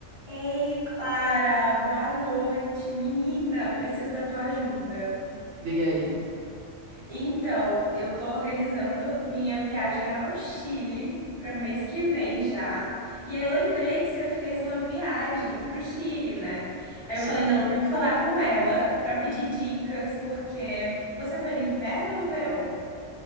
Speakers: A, on the right; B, on the right.
A: Ei, Clara, boa noite. Menina, preciso da tua ajuda.
B: Diga aí.
A: Então, eu tô organizando minha viagem ao Chile para mês que vem já. E aí eu lembrei que você fez uma viagem pro Chile, né? Aí
B: Sim.
A: eu falei, não, eu tenho que falar com ela para pedir dicas, porque você foi no inverno ou no verão?